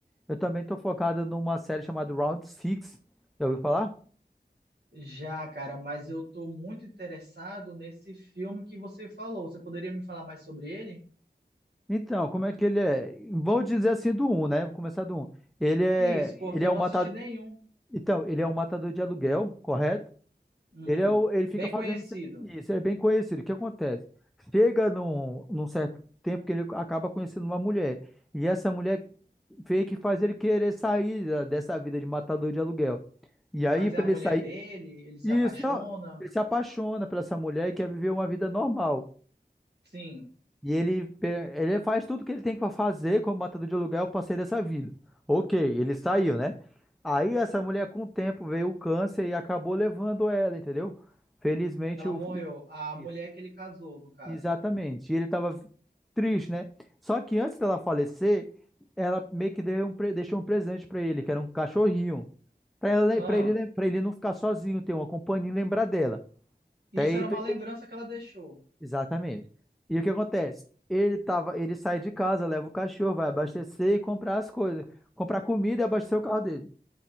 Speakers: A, in the centre; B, on the right.
A: eu também tô focado numa série chamada Round Six Já ouviu falar?
B: Já, cara, mas eu tô muito interessado nesse filme que você falou. Você poderia me falar mais sobre ele?
A: Então, como é que ele é? Vou dizer assim do um, né? Vou começar do um. Ele é,
B: Isso, porque
A: ele é
B: eu
A: um
B: não
A: matador.
B: assisti nenhum.
A: Então, ele é um matador de aluguel, correto?
B: Hum,
A: Ele, é o, ele fica
B: bem
A: fazendo
B: conhecido.
A: se- isso, ele é bem conhecido. O que acontece? Chega num, num certo tempo que ele acaba conhecendo uma mulher. E essa mulher vê que faz ele querer sair da- dessa vida de matador de aluguel. E
B: Mas
A: aí, para
B: é a mulher
A: ele sair.
B: dele, ele se
A: Isso,
B: apaixona.
A: não. Ele se apaixona por essa mulher e quer viver uma vida normal.
B: Sim,
A: E ele, pe- ele faz tudo que ele tem para fazer como matador de aluguel para sair dessa vida. Ok, ele saiu, né? Aí essa mulher, com o tempo, veio o câncer e acabou levando ela, entendeu? Felizmente,
B: ela
A: o,
B: morreu. A
A: isso.
B: mulher que ele casou, no caso.
A: Exatamente. E ele estava triste, né? Só que antes dela falecer, ela meio que deu um, pre- deixou um presente para ele, que era um cachorrinho. Para ele,
B: Ah,
A: para ele, para ele não ficar sozinho, ter uma companhia e lembrar dela.
B: isso
A: Até aí,
B: era
A: tu
B: uma
A: ente-
B: lembrança que ela deixou.
A: Exatamente. E o que acontece? Ele tava, ele sai de casa, leva o cachorro, vai abastecer e comprar as coisas, comprar comida e abastecer o carro dele.